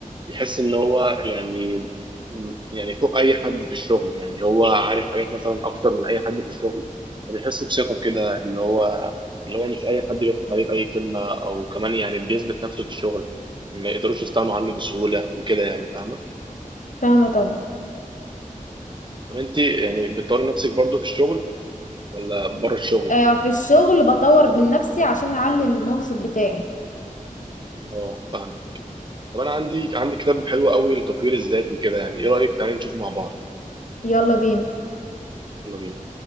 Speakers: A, on the right (about 35°); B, on the left (about 65°).
A: بيحس ان هو يعني م- يعني فوق اي حد في الشغل يعني هو عارف حاجات مثلا اكتر من اي حد في الشغل فبيحس بثقة كده اللي هو اللي هو مش اي حد بيضحك عليه باي كلمة او كمان يعني بيثبت نفسه في الشغل ما يقدروش يستغنوا عنه بسهولة وكده يعني فاهمة
B: فاهمة طبعا
A: طب انت يعني بتطوري نفسك برضو في الشغل ولا بره الشغل
B: آه في الشغل بطور من نفسي عشان اعلي المنصب بتاعي
A: اه فاهمة طب انا عندي عندي كتاب حلو قوي لتطوير الذات وكده يعني ايه رايك تعالي نشوفه مع بعض
B: يلا بينا
A: يلا بينا